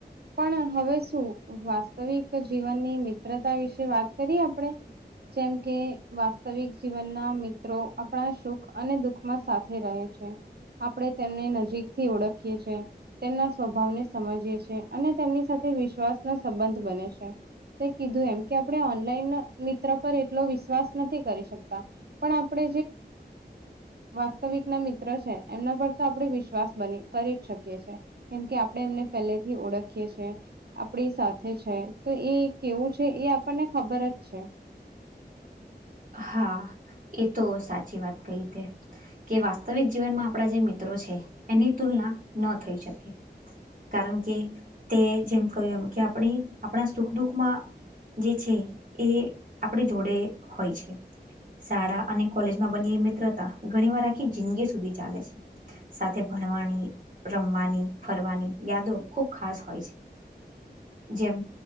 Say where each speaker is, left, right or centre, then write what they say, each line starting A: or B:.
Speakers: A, on the right; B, on the right.
A: પણ હવે શું વાસ્તવિક જીવનની મિત્રતા વિશે વાત કરીએ આપણે જેમ કે વાસ્તવિક જીવનના મિત્રો આપણા સુખ અને દુખમાં સાથે રહે છે આપણેે તેમને નજીક થી ઓળખીએી તેમના સ્વભાવને સમજીએી અને તેમની સાથે વિશ્વાસનોો સંબંધ બને છે કીધું એમ કે આપણે ઓનલાઈન મિત્ર પર એટલો વિશ્વાસ નથી કરી શકતા પણ આપણે વાસ્તવિક ના મિત્ર છે એમના પર તો આપણે વિશ્વાસ બની કરી જ શકીએ છી કેમ કે આપણે એમને પહેલેથી ઓળખીએ છ છે આપણી સાથે છે એ કેવું છે એ આપણને ખબર જ છે
B: હા એ તો સાચી વાત કઈ તે કે વાસ્તવિક જીવનમાં આપણા જે મિત્રો એની તુલના ન થઈ, શકે કારણ, કે તે જેમ કહ્યું એમ કે આપણે આપણા સુખ દુઃખમા જે છે, એ આપણી જોડે હોય છે. શાળા અને કોલેજમા, બનેલી મિત્રતા ઘણી વાર આખી જિંદગી સુધી ચાલે છે. સાથે ભણવાની, રમવાની ફરવાની યાદો ખુબ ખાસ હોય છે. જેમ